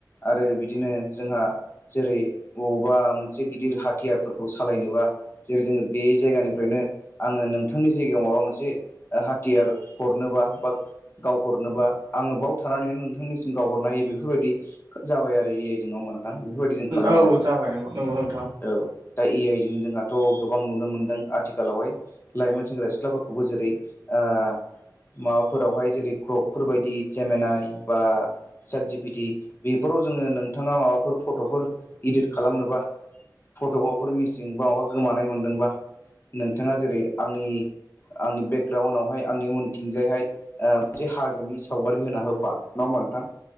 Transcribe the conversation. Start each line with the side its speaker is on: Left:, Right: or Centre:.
Left: आरो बिदिनो जोंहा जेरै बबावबा मोनसे गिदिर हाथियारफोरखौ सालायनोबा जेरै जोंङो बे जायगानि फ्रायनो आङो नोंथांनि जायगायाव माबा मोनसे हाथियार हरनोबा बा गावहरनोबा आङो बाव थानानैनो नों थांनि सिम गावहरनो हायो बेफोरबायदि जाबाय आरो ए आइ जों नङा होमबा नोंथां। बेफोरबायदि जों खालामनो
Right: औ
Left: हायो।
Right: जाबाय नंगौ नंगौ नोंथां
Left: औ दा ए आइ जों जोंहाथ' गोबां नुनो मोनदों आथि खालावहाय लाइमोन सेंग्रा सिख्लाफोरखौबो जेरै ओ माबाफोरावहाय जेरै ग्रकफोरबायदि जेमिनाय बा सातजिपिटि बेफोराव जोंङो नोंथाङा माबाफोर फट'फोर इदिट खालामनोबा फट'फोर मिसिं बा माबा गोमानाय मोनदोंबा नोंथाङा जेरै आंनि आंनि बेकग्राउडआवहाय आंनि उनथिंजायहाय ओ मोनसे हाजोनि सावगारि होना होबा नङा होमबा नोंथां